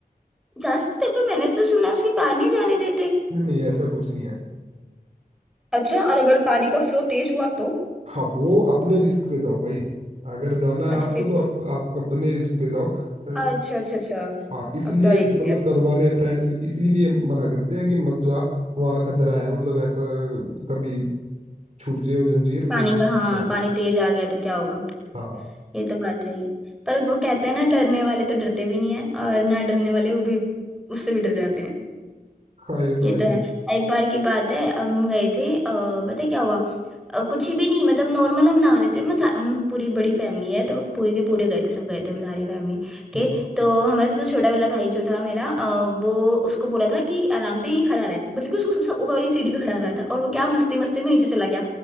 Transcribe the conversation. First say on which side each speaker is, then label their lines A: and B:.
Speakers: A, in the centre; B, on the right.
A: जा सकते हैं पर मैंने तो सुना है उसके पार नहीं जाने देते
B: नहीं नहीं ऐसा कुछ नहीं है
A: अच्छा और अगर पानी का फ्लो तेज हुआ तो
B: हाँ वो अपने रिस्क पे जाओ भाई अगर जाना है
A: अच्छा
B: आपको
A: फिर
B: तो आप आप अपने रिस्क पे जाओ अ,
A: अच्छा अच्छा अच्छा
B: हाँ इसलिए
A: अपना रिस्क
B: मतलब
A: है
B: घर वाले फ्रेंड्स इसीलिए मना करते हैं कि मत जा वहाँ खतरा है मतलब ऐसा कभी छूट जाओ जंजीर
A: पानी
B: और
A: का हाँ
B: जाओ
A: पानी तेज आ गया तो क्या होगा
B: हाँ
A: ये तो बात है ही पर वो कहते हैं ना डरने वाले तो डरते भी नहीं है और ना डरने वाले वो भी उससे भी डर जाते
B: हाँ ये तो
A: ये
B: है
A: तो
B: ही।
A: है एक बार की बात है हम गए थे अ, पता है क्या हुआ अ, कुछ ही भी नहीं मतलब नॉर्मल हम नहा रहे थे मैं सा- हम पूरी बड़ी फैमिली है तो पूरे के पूरे गए थे सब गए थे हम सारी फैमिली के
B: हम्म,
A: तो हमारा सबसे छोटा वाला भाई जो था मेरा अ, वो उसको बोला था कि आराम से यहीं खड़ा रहा है बल्कि उसको सबसे ऊपर वाली सीढ़ी पे खड़ा रहा था और वो क्या मस्ती मस्ती में नीचे चला गया